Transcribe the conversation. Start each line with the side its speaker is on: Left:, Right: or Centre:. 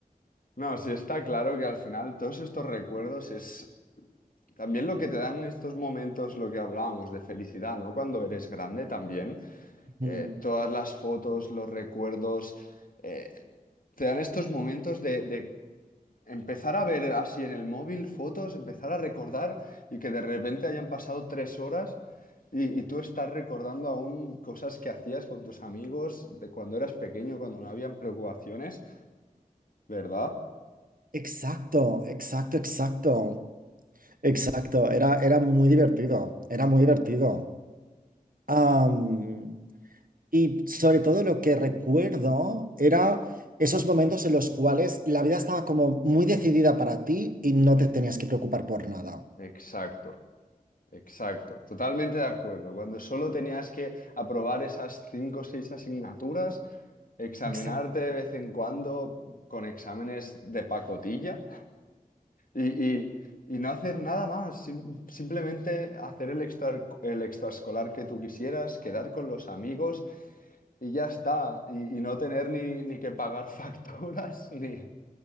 Left: No, sí está claro que al final todos estos recuerdos es también lo que te dan estos momentos, lo que hablábamos de felicidad, ¿no? Cuando eres grande también,
Right: Mm.
Left: eh, todas las fotos, los recuerdos, eh, te dan estos momentos de, de empezar a ver así en el móvil fotos, empezar a recordar y que de repente hayan pasado tres horas y, y tú estás recordando aún cosas que hacías con tus amigos de cuando eras pequeño, cuando no habían preocupaciones, ¿verdad?
Right: Exacto, exacto, exacto, exacto. Era, era muy divertido, era muy divertido. Am, Y sobre todo lo que recuerdo era esos momentos en los cuales la vida estaba como muy decidida para ti y no te tenías que preocupar por nada.
Left: Exacto. Exacto, totalmente de acuerdo. Cuando solo tenías que aprobar esas cinco o seis asignaturas, examinarte
Right: Exacto.
Left: de vez en cuando con exámenes de pacotilla y, y- y no hacer nada más, sim- simplemente hacer el extra, el extraescolar que tú quisieras, quedar con los amigos y ya está, y, y no tener ni, ni que pagar facturas, <laughs> ni,